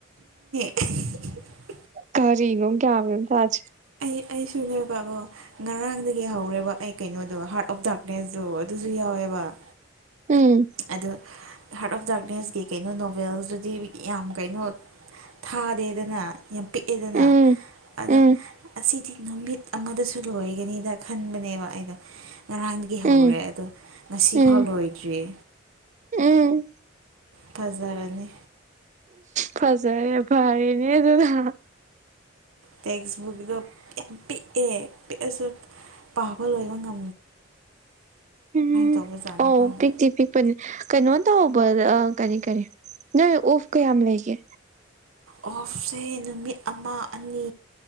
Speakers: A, on the right; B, on the right.
A: <inaudible>
B: ꯀꯔꯤꯅꯣ ꯀꯌꯥꯃꯦꯝ ꯊꯥꯖꯦ
A: ꯑꯩꯁꯨꯅꯦꯕ ꯑꯕꯣ ꯉꯔꯥꯡꯗꯒꯤ ꯍꯧꯔꯦꯕ ꯑꯩ ꯀꯩꯅꯣꯗꯣ ꯍꯥꯔꯠ ꯑꯣꯐ ꯗꯥꯔꯛꯅꯦꯁꯗꯣ ꯑꯗꯨꯁꯨ ꯌꯥꯎꯋꯦ ꯑꯦꯕꯥꯛ
B: ꯎꯝ
A: ꯑ ꯍꯥꯔꯠ ꯑꯣꯐ ꯗꯗꯥꯔꯛꯅꯦꯁꯀꯤ ꯀꯩꯅꯣ ꯅꯣꯚꯦꯜꯗꯨꯗꯤ ꯌꯥꯝ ꯀꯩꯅꯣ ꯊꯥꯗꯦꯗꯅ ꯌꯥꯝ ꯄꯤꯛꯑꯦꯗꯅ
B: ꯎꯝ
A: ꯑꯗꯣ
B: ꯎꯝ
A: ꯑꯁꯤꯗꯤ ꯅꯨꯃꯤꯠ ꯑꯃꯗꯁꯨ ꯂꯣꯏꯒꯅꯤꯗ ꯈꯟꯕꯅꯦꯕ ꯑꯩꯗꯣ ꯉꯔꯥꯡꯗꯒꯤ ꯍꯧꯔꯦ
B: ꯎꯝ
A: ꯑꯗꯣ ꯉꯁꯤꯐꯥꯎ
B: ꯎꯝ
A: ꯂꯣꯏꯗ꯭ꯔꯤꯌꯦ
B: ꯎꯝ
A: ꯐꯖꯔꯅꯤ
B: ꯐꯖꯔꯦ ꯐꯔꯤꯅꯤ ꯑꯗꯨ ꯊ
A: ꯇꯦꯛꯁꯕꯨꯛꯇꯛꯇꯣ ꯌꯥꯝ ꯄꯤꯛꯑꯦ ꯄꯤꯛꯑꯁꯨ ꯄꯥꯕ ꯂꯣꯏꯕ ꯉ
B: ꯎꯝ
A: ꯇꯧꯕꯖꯥꯠꯅꯣ
B: ꯑꯣ
A: ꯈꯪꯗꯦ
B: ꯄꯤꯛꯇꯤ ꯄꯤꯛꯄꯅꯦ ꯀꯩꯅꯣ ꯇꯧꯕ ꯑ ꯀꯔꯤ ꯀꯔꯤ ꯅꯣꯏ ꯑꯣꯐ ꯀ ꯌꯥꯝ ꯌꯥꯝ ꯂꯩꯒꯦ
A: ꯑꯣꯐꯁꯦ ꯅꯨꯃꯤꯠ ꯑꯃ ꯑꯅꯤ